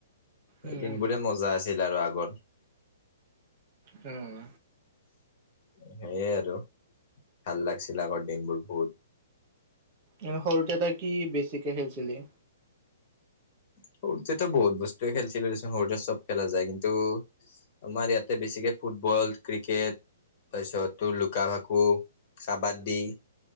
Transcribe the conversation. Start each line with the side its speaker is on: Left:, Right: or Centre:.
Left: সেই
Right: উম
Left: দিন
Right: উম
Left: বোৰে মজা আছিল আৰু আগৰ।
Right: উম।
Left: সেইয়ে আৰু ভাল লাগছিল আগৰ দিনবোৰ বহুত।
Right: এনে সৰুতে তই কি বেছিকে খেলছিলি?
Left: সৰুতেতো বহুত বস্তুৱে খেলছিলো দেচোন, সৰুতে চব খেলা যায় কিন্তু আমাৰ ইয়াতে বেছিকে ফুটবল, ক্ৰিকেট তাৰপিছত তোৰ লুকা ভাকু, কাবাদি